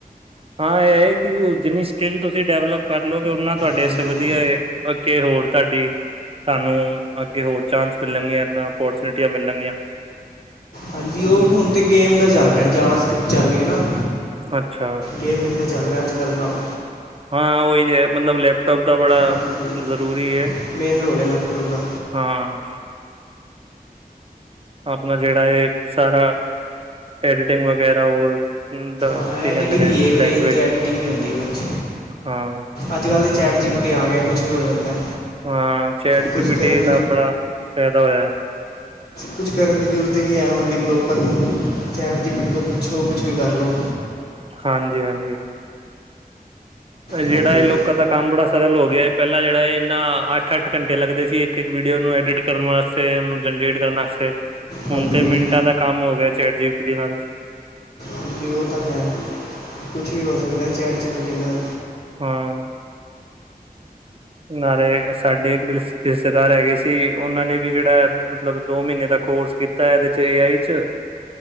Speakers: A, on the right (about 35°); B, on the left (about 85°).
A: ਹਾਂ ਇਹ ਹੈ ਕਿ ਜਿੰਨੀ ਸਕਿੱਲ ਤੁਸੀਂ ਡਿਵਲਪ ਕਰ ਲਓਗੇ ਓਨਾ ਤੁਹਾਡੇ
B: ਹਾਂਜੀ
A: ਵਾਸਤੇ ਵਧੀਆ ਹੈ ਓਕੇ ਹੋਰ ਤੁਹਾਡੀ ਤੁਹਾਨੂੰ ਅੱਗੇ ਹੋਰ ਚਾਂਸ ਮਿਲਣਗੀਆਂ, ਇੱਦਾਂ ਅਪੋਰਚੁਨਿਟੀਆਂ ਮਿਲਣਗੀਆਂ
B: ਹਾਂਜੀ ਉਹ ਹੁਣ ਤੇ ਗੇਮ ਦਾ ਚੱਲ ਰਿਹਾ ਜਾਵਾ ਸਕ੍ਰਿਪਟ ਚੱਲ ਰਹੀ ਹੈ ਨਾ
A: ਅੱਛਾ
B: ਗੇਮਿੰਗ ਤੇ ਚੱਲ ਰਿਹਾ ਅੱਜ- ਕੱਲ੍ਹ ਕੰਮ
A: ਹਾਂ ਉਹੀ ਹੈ ਮਤਲਬ ਲੈਪਟੋਪ ਦਾ ਬੜਾ
B: ਹਾਂਜੀ
A: ਜ਼ਰੂਰੀ ਹੈ
B: ਮੇਨ ਰੋਲ ਹੈ ਲੈਪਟੋਪ ਦਾ
A: ਹਾਂ ਆਪਣਾ ਜਿਹੜਾ ਹੈ ਸਾਰਾ ਐਡੀਟਿੰਗ ਵਗੈਰਾ ਹੋਰ ਦਾ
B: ਹਾਂ ਐਡੀਿਟਿੰਗ
A: ਕਹਿੰਦੇ ਨੇ
B: ਕੀ ਹੈ ਮੇਨ
A: ਲੈਂਗੁਏਜ
B: ਤਾਂ ਐਡੀਿਟਿੰਗ ਹੀ ਹੁੰਦੀ ਵਿੱਚ
A: ਹਾਂ
B: ਅੱਜ ਕੱਲ੍ਹ ਦੇ ਚੈਟ ਜੀਬਟੀ ਆ ਗਿਆ ਕੁਛ ਵੀ ਹੋ ਜਾਂਦਾ
A: ਹਾਂ ਚੈਟ
B: ਕੁਛ
A: ਜੀਬੀਟੀ
B: ਕਰਨ
A: ਦਾ ਬੜਾ ਫਾਇਦਾ ਹੋਇਆ
B: ਕੁਝ ਕਰਨ ਦੀ ਜ਼ਰੂਰਤ ਹੀ ਨਹੀਂ ਹੈ ਹੁਣ ਡਿਵਲੋਪਰ ਨੂੰ ਚੈਟ ਜੀਬੀਟੀ ਤੋਂ ਪੁੱਛੋ, ਕੁਛ ਵੀ ਕਰ ਲਓ
A: ਹਾਂਜੀ- ਹਾਂਜੀ ਜਿਹੜਾ
B: ਹਾਂਜੀ
A: ਇਹ ਲੋਕਾਂ ਦਾ ਕੰਮ ਬੜਾ ਸਰਲ ਹੋ ਗਿਆ ਹੈ ਪਹਿਲਾਂ ਜਿਹੜਾ ਇਹ ਇੰਨਾਂ ਅੱਠ- ਅੱਠ ਘੰਟੇ ਲੱਗਦੇ ਸੀ ਇੱਕ- ਇੱਕ ਵੀਡੀਓ ਨੂੰ ਐਡਿਟ ਕਰਨ ਵਾਸਤੇ ਉਹਨੂੰ ਜਨਰੇਟ ਕਰਨ ਵਾਸਤੇ ਤੇ
B: ਹਾਂਜੀ
A: ਹੁਣ ਤੇ ਮਿੰਟਾਂ ਦਾ ਕੰਮ ਹੋ ਗਿਆ ਚੈਟ ਜੀਬੀਟੀ ਨਾਲ
B: ਹਾਂਜੀ ਉਹ ਤਾਂ ਹੈ, ਕੁਛ ਵੀ ਹੋ ਸਕਦਾ ਚੈਟ ਜੀਬੀਟੀ ਨਾਲ
A: ਹਾਂ, ਨਾਲੇ ਸਾਡੇ ਇੱਕ ਰਿਸ਼ਤੇਦਾਰ ਹੈਗੇ ਸੀ, ਉਹਨਾਂ ਨੇ ਵੀ ਜਿਹੜਾ ਮਤਲਬ, ਦੋ ਮਹੀਨੇ ਦਾ ਕੋਰਸ ਕੀਤਾ, ਇਹਦੇ ਚ ਏ ਆਈ ਚ,